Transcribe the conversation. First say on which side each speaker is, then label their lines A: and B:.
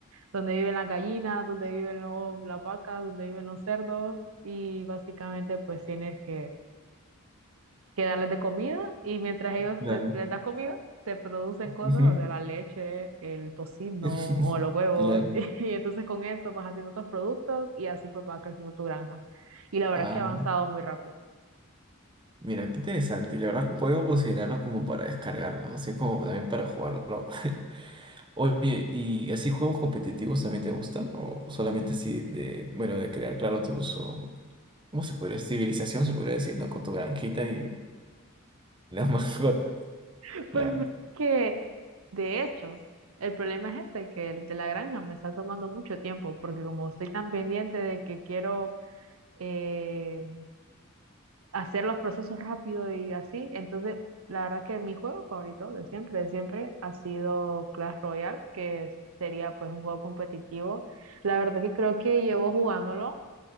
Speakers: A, on the right (about 80°); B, on the right (about 25°).
A: donde viven las gallinas, donde viven los, las vacas, donde viven los cerdos. Y básicamente pues tienes que que darles de comida y mientras ellos
B: Claro.
A: pues les das comida, te producen cosas,
B: Ujú.
A: o sea, la leche, el tocino
B: <laughs>
A: o los huevos
B: Claro.
A: <laughs> y entonces con eso vas haciendo otros productos y así pues va creciendo tu granja. Y la verdad
B: Ah,
A: que ha avanzado muy rápido.
B: mira, qué interesante. Y la verdad que puedo considerarlo como para descargarlo, así como también para jugarlo. <laughs> Oye, ¿y así juegos competitivos también te gustan? ¿O solamente así de, bueno, de crear, claro, tus, ¿Cómo se podría? decir? Civilización se podría decir, ¿no? Con tu granjita y las <laughs> mascotas,
A: <laughs>
B: claro.
A: Pues mira que de hecho, el problema es este, que el de la granja me está tomando mucho tiempo porque como estoy tan pendiente de que quiero... eh, hacer los procesos rápido y así. Entonces, la verdad que mi juego favorito de siempre, de siempre, ha sido Clash Royale, que es- sería pues un juego competitivo. La verdad que creo que llevo jugándolo